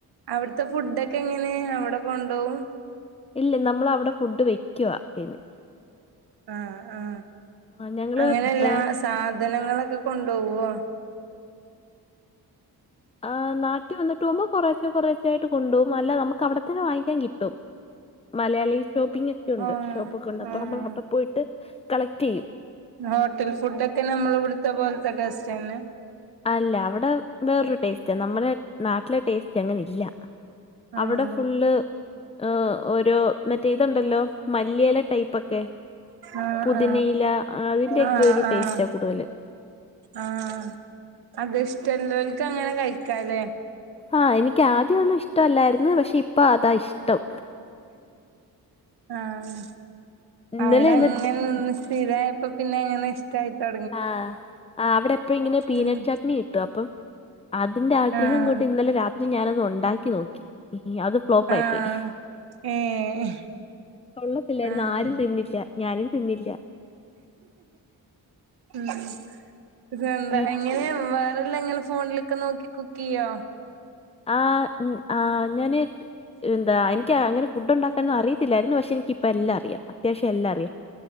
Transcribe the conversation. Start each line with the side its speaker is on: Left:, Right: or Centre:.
Right: അവിടുത്തെ ഫുഡൊക്കെ എങ്ങനെ അവിടെ കൊണ്ടോവും
Left: ഇല്ല നമ്മൾ അവിടെ ഫുഡ് വെക്കുവാ ചെയ്യുന്നേ
Right: ആഹ് ആഹ്
Left: ആഹ് ഞങ്ങള്
Right: അങ്ങനെ എല്ലാ
Left: ഏഹ്
Right: സാധനങ്ങളൊക്കെ കൊണ്ടോവ്വോ
Left: ആഹ് നാട്ടി വന്നട്ട് പോവുമ്പോ കൊറേശെ കൊറേശെ ആയിട്ട് കൊണ്ടോവും. അല്ല നമുക്ക് അവിടെ തന്നെ വാങ്ങിക്കാൻ കിട്ടും മലയാളി ഷോപ്പിംഗ് ഒക്കെ ഉണ്ട്.
Right: ആഹ്
Left: ഷോപ്പൊക്കെണ്ട് അപ്പൊ
Right: ആഹ്
Left: നമ്മൾ അവിടെ പോയിട്ട് കളക്ടയ്യും
Right: ഹോട്ടൽ ഫുടൊക്കെ നമ്മൾ ഇവിടത്തെ പോലത്തെ ടേസ്റ്റന്നേ
Left: അല്ല അവിടെ വേറൊരു ടേസ്റ്റ നമ്മുടെ നാട്ടിലെ ടേസ്റ്റ് അങ്ങനില്ല
Right: ആഹ്
Left: അവിടെ ഫുള്ള് ആഹ് ഓരോ മറ്റേ ഇതുണ്ടല്ലോ മല്ലിയില ടൈപ്പൊക്കെ
Right: ആഹ്
Left: പുതിനയില
Right: ആഹ്
Left: അതിന്റെയൊക്കെ
Right: ആഹ്
Left: ഒരു
Right: ആഹ്
Left: ടേസ്റ്റ കൂടുതല്
Right: ആഹ് അതിഷ്ട്ടളോൽക്കങ്ങനെ കഴിക്കാലേ
Left: ആഹ് എനിക്ക് ആദ്യയൊന്നും ഇഷ്ടല്ലായിരുന്നു പക്ഷെ ഇപ്പ അതാ ഇഷ്ട്ടം
Right: ആഹ്
Left: ഇന്നലെ
Right: അവിടെ
Left: എന്നിട്ട്
Right: അങ്ങനന്ന് ഇതായപ്പ പിന്നെങ്ങനെ ട്ടായി തൊ
Left: ആഹ് ആഹ് അവിടെ ഇപ്പ ഇങ്ങനെ പീനട്ട്
Right: ഉം
Left: ചട്ട്നി അപ്പം അതിന്റെ ആഗ്രഹം
Right: ആഹ്
Left: കൊണ്ട് ഇന്നലെ രാത്രി ഞാനത് ഒണ്ടാക്കി നോക്കി അത് ഫ്ലോപ്പായി
Right: ആഹ്
Left: പോയി
Right: ഏഹ്
Left: കൊള്ളത്തില്ലാരുന്ന്
Right: ആഹ്
Left: ആരും തിന്നില്ല ഞാനും തിന്നില്ല
Right: ഉം ഇത് എന്താ
Left: യൂ
Right: ഇങ്ങനെ വേറെല്ലാം ഇങ്ങനെ ഫോണിലൊക്കെ നോക്കി കുക്ക് ചെയ്യോ
Left: ആഹ് ഉം ആഹ് ഞാന് എന്താ എനിക്ക് അങ്ങനെ എന്താ എനിക്കങ്ങനെ ഫുടൊണ്ടാക്കാനൊന്നും അറിയത്തില്ലാരുന്നു പക്ഷേ എനിക്കിപ്പോ എല്ലാ അറിയാം അത്യാശ്യം എല്ലാറിയാം